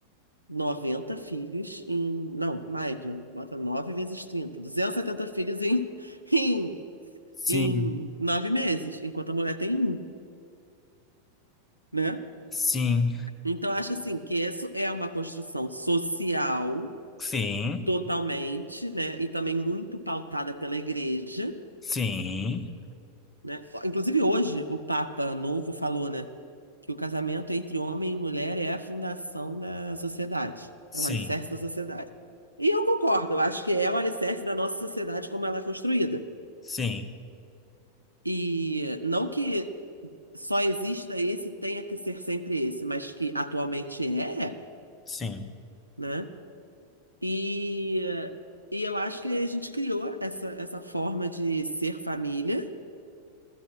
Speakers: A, on the right; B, on the left.
A: 90 filhos em... Não, mais, né? Bota 9 vezes trinta, duzentos e setenta filhos em, <laughs> em,
B: Sim,
A: em nove meses, enquanto a mulher tem um, né?
B: sim,
A: Então, acho assim que isso é uma construção social
B: sim,
A: totalmente, né? E também muito pautada pela igreja,
B: sim,
A: né? Inclusive hoje o Papa Novo falou, né, que o casamento entre homem e mulher é a fundação da sociedade,
B: sim,
A: é o alicerce da sociedade. E eu concordo, eu acho que é o alicerce da nossa sociedade como ela é construída.
B: sim,
A: E não que só exista esse, tenha que ser sempre esse, mas que atualmente é,
B: sim.
A: né? E, e eu acho que a gente criou essa, essa forma de ser família